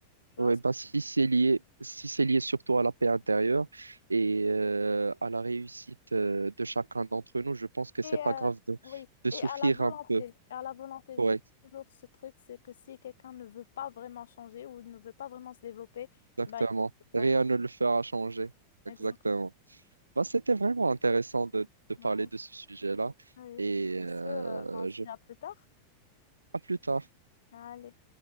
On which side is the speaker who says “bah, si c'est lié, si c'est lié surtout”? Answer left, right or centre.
Right